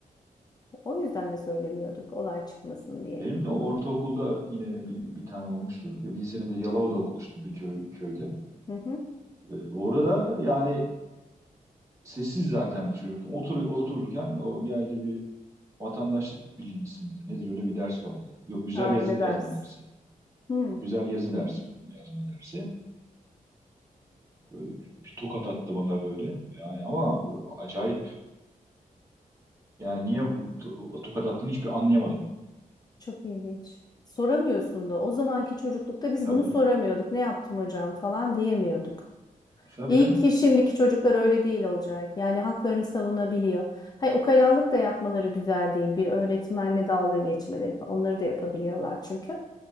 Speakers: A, on the left; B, on the right.
A: O yüzden de söylemiyorduk olay çıkmasın diye.
B: Benim de ortaokulda yine bir, bir tane olmuştu. Ya Bir sene de Yalova'da okumuştum bir köy, köyde.
A: Hı hı.
B: Ee, orada da yani sessiz zaten bir çocuktum. Otur, otururken o geldi bir Vatandaşlık bilgisi midir nedir öyle bir ders vardı. Yok güzel
A: Aynı
B: yazı yazma
A: ders.
B: dersi.
A: Hı.
B: Güzel yazı dersi, yazma dersi. Böyle bir, bir tokat attı bana böyle. Yani ama e, acayip. Yani niye tokat attığını hiçbir anlayamadım.
A: Çok ilginç. Soramıyorsun da. O zamanki çocuklukta biz
B: Tabii,
A: bunu soramıyorduk. Ne yaptım hocam falan diyemiyorduk.
B: tabii
A: İyi
B: canım.
A: ki şimdiki çocuklar öyle değil olacak. Yani haklarını savunabiliyor. Hay ukalalık da yapmaları güzel değil. Bir öğretmenle dalga geçmeleri falan. Onları da yapabiliyorlar çünkü.